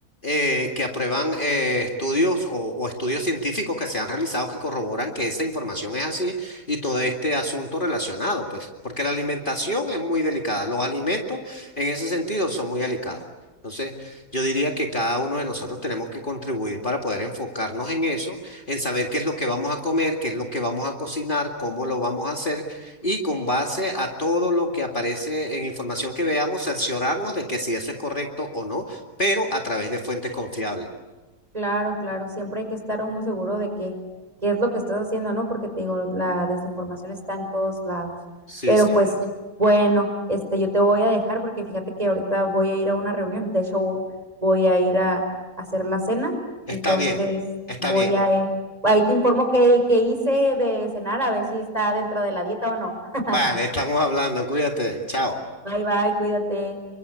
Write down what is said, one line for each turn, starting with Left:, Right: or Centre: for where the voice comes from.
Left: eh, que aprueban eh, estudios o, o estudios científicos que se han realizado que corroboran que esa información es así y todo este asunto relacionado, pues, porque la alimentación es muy delicada, los alimentos en ese sentido son muy delicados. Entonces, yo diría que cada uno de nosotros tenemos que contribuir para poder enfocarnos en eso en saber qué es lo que vamos a comer, qué es lo que vamos a cocinar, cómo lo vamos a hacer y con base a todo lo que aparece en información que veamos, cerciorarnos de que si eso es correcto o no, pero a través de fuentes confiables.
Right: Claro, claro, siempre hay que estar uno seguro de que qué es lo que estás haciendo, ¿no? Porque te digo, la desinformación está en todos lados.
Left: Sí,
Right: Pero
Left: señor.
Right: Sí. pues, bueno, este, yo te voy a dejar porque fíjate que ahorita voy a ir a una reunión. De hecho, voy a ir a, a hacer la cena.
Left: Está
Right: Entonces,
Left: bien, está
Right: voy
Left: bien.
Right: a, eh, ahí te informo qué, qué hice de cenar, a ver si está dentro de la dieta o no. <laughs>
Left: Vale, estamos hablando, cuídate, chao.
Right: Bye, bye, cuídate.